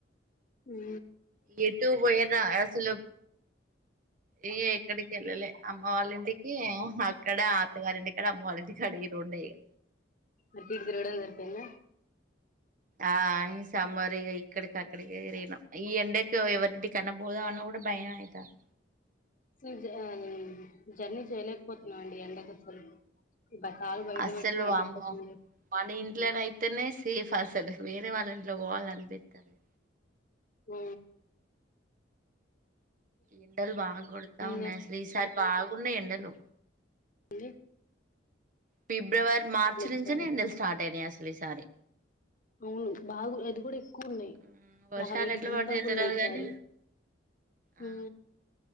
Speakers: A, on the left; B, on the right.
A: హు
B: ఎటు పోయేదా అసలు ఏ ఎక్కడికెళ్ళలే అమ్మ వాళ్ళ ఇంటికి ఆహ్ అక్కడ అత్తగారింటికడా అమ్మవాళ్ల ఇంటికాడ ఈ రెండే ఇగ
A: అటుఇటు తిరగడం సరిపోయిందా
B: ఆ ఈ సమ్మర్ ఇగ ఇక్కడికి అక్కడికి తిరిగినం ఈ ఎండకు ఎవరింటి కన్న పోదాం అన్న కూడా భయం అయితంది
A: స ఆ జర్నీ చేయలేకపోతున్నాం అండి ఎండకు అసలు బ- కాలు బయట
B: అసలు
A: పెడితే మండిపోతుంది
B: వామ్మో మన ఇంట్లనయితేనే సేఫ్ అసలు వేరే వాళ్ళ ఇంట్లో పోవలి అనిపితలే
A: హు
B: ఎండలు బాగా కొడతాఉన్నాయి
A: ఏం
B: అసలు ఈసారి బాగున్నాయి ఎండలు
A: ఏ <unintelligible>
B: ఫిబ్రవరి మార్చి నుంచినే
A: ఈసారి
B: ఎండలు స్టార్ట్ అయినయి అసలు ఈసారి
A: అవును బాగు అది కూడా ఎక్కువ ఉన్నాయి
B: మ్మ్ వర్షాలు
A: యాభై
B: ఎట్లా
A: డిగ్రీల
B: పడతాయో
A: దాకా
B: తెలియదు
A: ఉన్నాయి
B: గాని
A: సారి హూ
B: ఆ